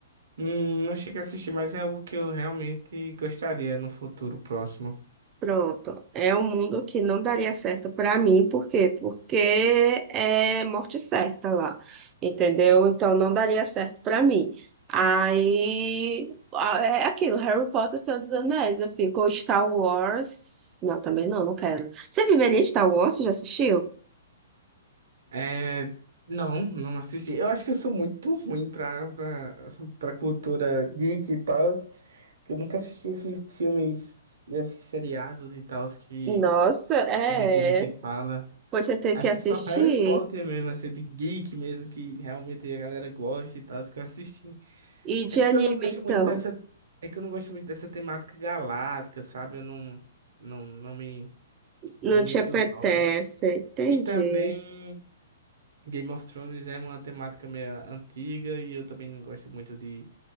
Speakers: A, on the right; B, on the right.
A: Hum, não cheguei a assistir, mas é algo que eu realmente gostaria no futuro próximo.
B: Pronto, é um mundo que não daria certo para mim, por quê? Porque é morte certa lá, entendeu? Então não daria certo para mim. Aí a- é aquilo, Harry Potter, Senhor dos Anéis, eu fico, ou Star Wars. Não, também não, não quero. Você viveria em Star Wars? Você já assistiu?
A: É. Não, não assisti. Eu acho que eu sou muito ruim pra, pra, pra cultura geek e tal, que eu nunca assisti esses filmes e esses seriados e tal que
B: Nossa, é.
A: que muita gente fala.
B: Pois você tem
A: Acho
B: que assistir.
A: que só Harry Potter mesmo, assim, de geek mesmo, que realmente a galera gosta e tal, que eu assisti.
B: E
A: É
B: de
A: porque
B: anime,
A: eu não gosto
B: então?
A: muito dessa. É que eu não gosto muito dessa temática galáctica, sabe? Eu não, não, não me.
B: Não
A: Não me
B: te
A: enche
B: apetece,
A: os olhos.
B: entendi.
A: E também Game of Thrones é uma temática meio antiga e eu também não gosto muito de,